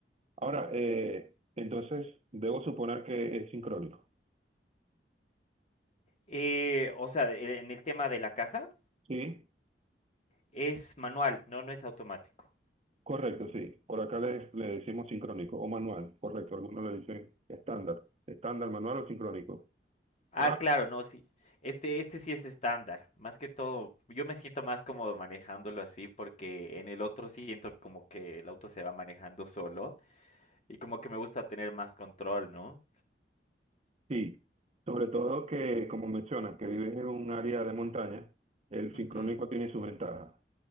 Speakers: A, on the right (about 35°); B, on the left (about 40°).
A: Ahora, eh, entonces, debo suponer que es sincrónico.
B: Eh, o sea, e- en el tema de la caja,
A: Sí.
B: es manual, no, no es automático.
A: Correcto, sí. Por acá le, le decimos sincrónico o manual. Correcto, algunos le dicen estándar. Estándar, manual o sincrónico.
B: Ah,
A: Ah,
B: claro, no, sí. Este, este sí es estándar. Más que todo, yo me siento más cómodo manejándolo así porque en el otro siento como que el auto se va manejando solo y como que me gusta tener más control, ¿no?
A: sí. Sobre todo que, como mencionas, que vives en un área de montaña, el
B: Ujú.
A: sincrónico tiene sus ventajas,